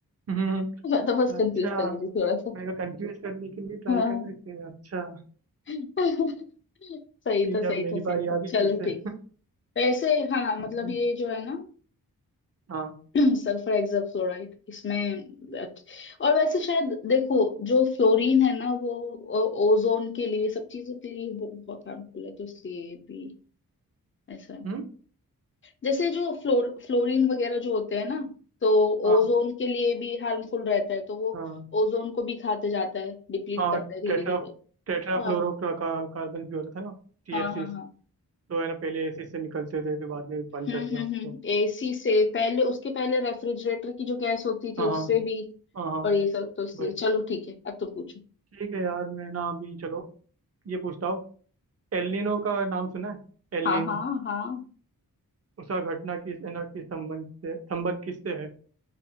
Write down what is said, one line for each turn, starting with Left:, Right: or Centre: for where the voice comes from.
Right: हम्म,
Left: मैं तो बस
Right: अच्छा
Left: कंफ्यूज कर रही थी थोड़ा सा
Right: मेरे को कंफ्यूज करने के लिए ट्राई
Left: हाँ
Right: कर रहे थे अच्छा
Left: <laughs> सही
Right: ठीक
Left: था सही
Right: है अब मेरी
Left: था सही
Right: बारी
Left: था
Right: आ गई
Left: चलो
Right: फिर से
Left: ठीक वैसे हाँ मतलब
Right: ठीक है
Left: ये जो है ना
Right: हाँ
Left: <clears throat> सल्फर हेक्साफ्लोराइड इसमें that- और वैसे शायद देखो जो फ्लोरीन है ना वो ओजोन के लिए सब चीजों के लिए वो बहुत हार्मफुल है तो इसलिए ये भी ऐसा है
Right: हम्म
Left: जैसे जो फ्लोर फ्लोरीन वगैरह जो होते हैं ना तो
Right: हाँ
Left: ओजोन के लिए भी हार्मफुल रहता है तो वो
Right: हाँ
Left: ओजोन को भी खाते जाता है डिप्लीट
Right: हाँ
Left: करता है धीरे
Right: टेट्रा
Left: धीरे
Right: टेट्राफ्लोरो
Left: हाँ
Right: का, का, कार्बन भी होता था ना टी
Left: हाँ
Right: एफ सी,
Left: हाँ
Right: तो
Left: हाँ
Right: है ना पहले एसिड से निकलते थे फिर बाद में
Left: हम्म
Right: बंद कर दिया
Left: हम्म
Right: उसको
Left: हम्म एसी से पहले उसके पहले रेफ्रिजरेटर की जो गैस होती थी
Right: हाँ
Left: उससे
Right: हाँ
Left: भी
Right: हाँ हाँ
Left: और ये सब तो इसलिए
Right: वही
Left: चलो ठीक है अब तुम पूछो
Right: ठीक है यार मैं ना अभी चलो ये पूछता हूँ एलिनो का नाम सुना है एलिनो
Left: हाँ हाँ हाँ
Right: उसका घटना किस है ना किस संबंध से संबंध किससे है